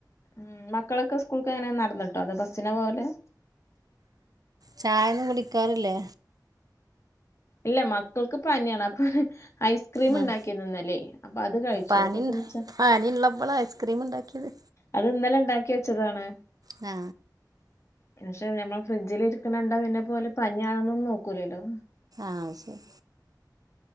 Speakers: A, on the left (about 40°); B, on the right (about 55°).
A: ഉം മക്കളൊക്കെ സ്കൂൾക്കെങ്ങനെ നടന്നിട്ടോ അതൊബസ്സിനൊ പോവല്?
B: ചായൊന്നും കുടിക്കാറില്ലേ?
A: ഇല്ല മക്കൾക്ക് പനിയാണ് അപ്പൊന്നെ ഐസ്ക്രീംമിണ്ടാക്കിന്ന്
B: ഉം.
A: ന്നലേ അപ്പത് കഴിച്ചു
B: പനി
A: അപ്പൾക്കിനിച്ചാ
B: ഉണ്ട്- പനി ഉള്ളപ്പോൾ ഐസ്ക്രീം ഉണ്ടാക്കിയത്
A: അത് ന്നലെ ഇണ്ടാക്കി വെച്ചതാണ്.
B: ആ
A: പക്ഷെ ഞമ്മൾ ഫ്രിഡ്ജിലിരിക്കണണ്ട പിന്നെന്നെപോലെ പനിയാണെന്നൊന്നും നോക്കൂലല്ലോ.
B: ആ ശരി.